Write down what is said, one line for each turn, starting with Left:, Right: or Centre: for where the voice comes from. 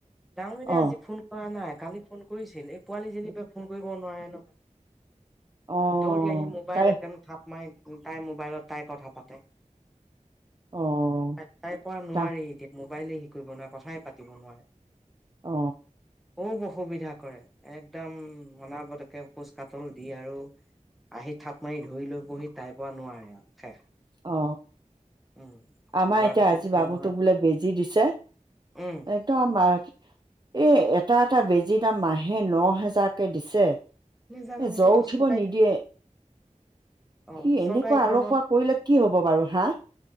Centre: ডাঙৰ বাইদই
Right: অ',
Centre: আজি ফোন কৰা নাই কালি ফোন কৰিছিল এই পোৱালি যেনীবা ফোন কৰিব নোৱাৰে নহয়
Right: অ',
Centre: দৌৰি আহি মোবাইল
Right: তাই
Centre: একদম থাপ মাৰি তাই মোবাইলত তাই কথা পাতে
Right: অ',
Centre: তাই তাই পৰা নোৱাৰি
Right: তা
Centre: এতিয়া মোবাইলে শেৰি কৰিব নোৱাৰে কথাই পাতিব নোৱাৰে
Right: অ
Centre: খুব অসুবিধা কৰে একদম অনা বতকে খোজ কাতল দি আৰু আহি থাপ মাৰি ধৰি লৈ বহি তাইৰ পৰা নোৱাৰে আৰু শেষ
Right: অ
Centre: উম।
Right: আমাৰ
Centre: ল'ৰাটো
Right: এতিয়া
Centre: দিগদাৰ
Right: আজি বাবুটোক
Centre: নহয়
Right: বোলে বেজি দি দিছে,
Centre: উম
Right: একদম আমাৰ এ এটা এটা বেজি দাম মাহে ন হেজাৰ কে দিছে।
Centre: নেজানো
Right: এ
Centre: এইটোতো
Right: জ্বৰ উঠিব
Centre: চৰকাৰী
Right: নিদিয়ে।
Centre: অ'
Right: কি এনেকুৱা
Centre: চৰকাৰী কাৰণত।
Right: আলসুৱা কৰিলে কি হব বাৰু হা